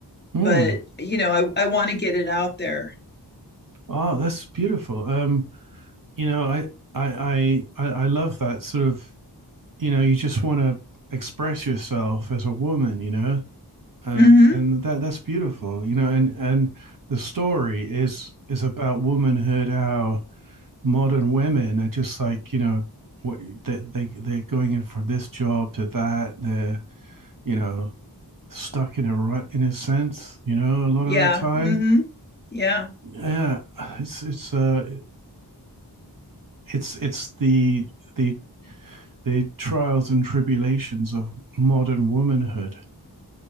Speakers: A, on the right; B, on the left.
A: mm.
B: but you know i, I want to get it out there
A: oh that's beautiful um you know, I I I I love that sort of you know, you just want to express yourself as a woman, you know, and
B: mm-hmm
A: and that that's beautiful, you know, and and the story is is about womanhood, how modern women are just like you know what they, they they're going in from this job to that they're you know stuck in a rut in a sense you know a lot
B: yeah
A: of the time
B: hmm yeah
A: yeah it's it's uh it's it's the the the trials and tribulations of modern womanhood,